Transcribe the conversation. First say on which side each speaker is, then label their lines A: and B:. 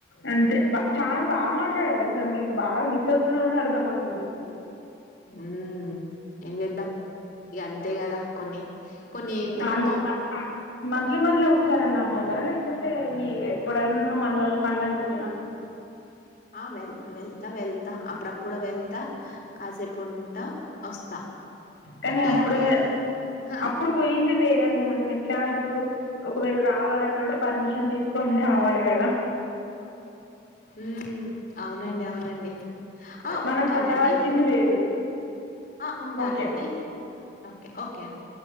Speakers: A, on the left; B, on the left.
A: అంతే బా చాలా బాగా మాట్లాడారు అసలు మీకు బాగా మిస్ అవుతున్నారని అర్థమవుతుంది
B: ఉ ఏం చేద్దాం ఇగ అంతే కదా. కొన్ని కొన్ని తప్పవ్
A: మ <inaudible> మంత్లీ మంత్లీ ఒకసారి అన్నా పోతారా లేకపోతే ఇ ఎప్పుడైనా మళ్ళా పండగలకెనా.
B: ఆ వెళ్త వెళ్తా వెళ్తా అప్పుడప్పుడు వెళ్తా కాసేపు ఉంట వస్తా
A: కానీ
B: ఈ
A: అప్పుడే
B: అదే హా
A: అప్పుడు పోయి ది వేరండి మనం ఎట్లా ఇప్పుడు ఒకవేళ రావాలన్నా కూడా పర్మిషన్ తీసుకొని రావాలి కదా.
B: ఉ అవునండి, అవునండి. ఆ
A: మనం
B: ఉంటానండి,
A: స్వతహా వచ్చింది వేరు
B: ఆ ఉంటానండి
A: ఓకే
B: ఓకే ఓకే అండి.